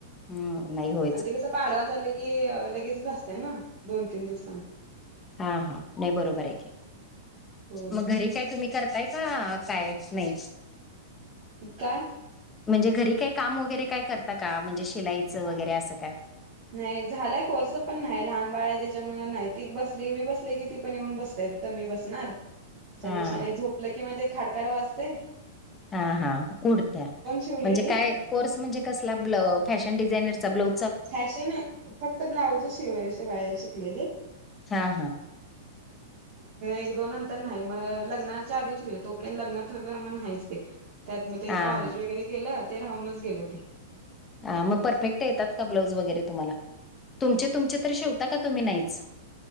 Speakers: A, on the left (about 15°); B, on the right (about 45°).
A: हम्म नाही होत.
B: आणि ते कसं पाडवा झाले की, लगेचच असत्या ना दोन तीन दिवसांनं.
A: हा हा, नाही बरोबर आहे,
B: होय
A: मग घरी काय तुम्ही करताय का काय नाही?
B: काय?
A: म्हणजे घरी काही काम वगैरे काय करता का, म्हणजे शिलाईचं वगैरे असं काय?
B: नाही झालाय कोर्स पण नाही,, लहान बाळ आहे त्याच्यामुळं नाही,, ती बसली मी बसले की ती पण येऊन बसता तीथ मी बसणार,, त्याच्यापेक्षा
A: हां.
B: नाही झोपलं किंवा ते खाडकाड वाजतय
A: हा हा उडत्या,,
B: शिवलेली
A: म्हणजे काय कोर्स म्हणजे कसला, फॅशन डिझायनरचा, ब्लाऊ
B: फॅशन फक्त ब्लाउजच शिवाय शिवाय शिकलेले.
A: हां, हां.
B: एक दोन नंतर नाय मग लग्नाच्या आधी शिवलं तोपर्यंत लग्न ठरलं मग नाहीच ते. त्यात मग ते
A: हां,
B: कॉलेज
A: हां.
B: वगैरे केलं ते राहूनच गेलं ते.
A: ह मग परफेक्ट येतात का ब्लाऊज वगैरे तुम्हाला, तुमचे तुमचे तर शिवता का तुम्ही नाहीच?